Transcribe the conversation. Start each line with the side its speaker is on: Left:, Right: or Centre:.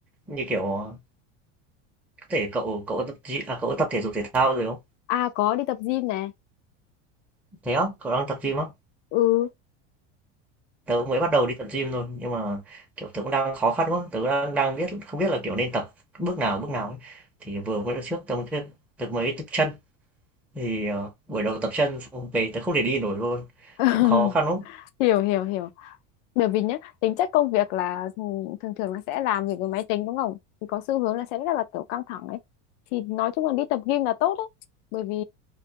Centre: như kiểu ờ, có thể cậu cậu tập gym- à, cậu tập thể dục thể thao rồi không
Left: à có đi tập gym nè
Centre: thế không cậu đang tập gym á
Left: ừ
Centre: Tớ mới bắt đầu đi tập gym thôi, nhưng mà, kiểu, tớ cũng đang khó khăn quá, tớ đang đang biết không biết là, kiểu, nên tập bước nào, bước nào ấy. Thì vừa mới trước tớ mới kết tớ mới tập chân, thì, ờ, buổi đầu tập chân xong về tớ không thể đi nổi luôn,
Left: <laughs>
Centre: cũng khó khăn lắm.
Left: hiểu hiểu hiểu bởi vì nhá tính chất công việc là ừ, thường thường là sẽ làm việc với máy tính đúng không thì có xu hướng là sẽ rất là kiểu căng thẳng ấy thì nói chung là đi tập gym là tốt đấy bởi vì